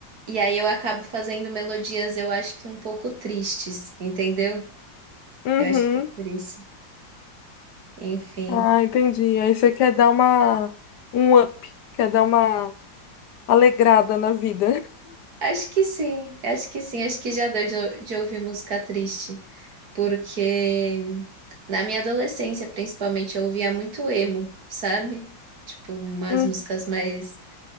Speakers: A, on the right (about 55°); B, on the left (about 70°).
A: e aí eu acabo fazendo melodias, eu acho que um pouco tristes, entendeu?
B: Uhum.
A: Eu acho que é por isso. Enfim.
B: Ah, entendi. Aí você quer dar uma um up, quer dar uma alegrada na vida.
A: Acho que sim, acho que sim, acho que já deu de, ou- de ouvir música triste, porque na minha adolescência, principalmente, eu ouvia muito emo, sabe? Tipo, umas
B: <laughs>
A: músicas mais,